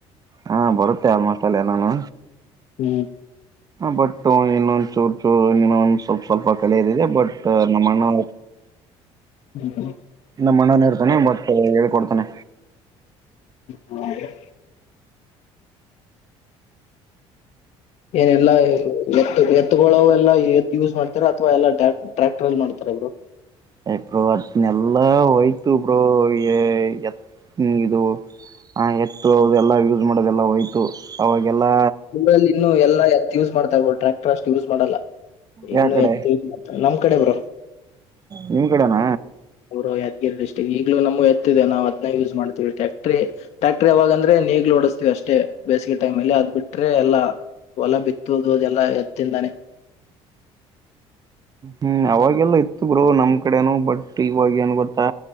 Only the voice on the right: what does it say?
ಹಾ ಬರುತ್ತೆ ಆಲ್ಮೋಸ್ಟ್ ಆಲ್ ಎಲ್ಲಾನು.
ಬಟ್ ಇನ್ನೊಂದ್ ಚೂರ್ ಚೂರು ಇನ್ನೊಂದ ಸ್ವಲ್ಪ ಸ್ವಲ್ಪ ಕಲಿಯದಿದೆ ಬಟ್ ನಮ್ಮಣ್ಣ.
ನಮ್ ಅಣ್ಣನು ಇರ್ತಾನೆ ಬಟ್ ಹೇಳ್ಕೊಡ್ತಾನೆ.
<unintelligible> ನೆಲ್ಲೋ ಹೋಯ್ತೀವಿ ಬಿಡು ಹೇ ಎತ್ ಹ್ಮ್ ಇದು. ಹಾ ಎತ್ತು ಅವೆಲ್ಲಾ ಯೂಸ್ ಮಾಡೋದೆಲ್ಲ ಹೋಯ್ತು. ಅವಾಗೆಲ್ಲಾ
ಯಾವ ಕಡೆ
ನಿಮ್ ಕಡೆನಾ.
ಹ್ಮ್ ಅವಾಗೆಲ್ಲಾ ಇತ್ತು ಬ್ರೋ ನಮ್ ಕಡೆನು ಬಟ್ ಇವಾಗ ಏನ್ ಗೊತ್ತಾ.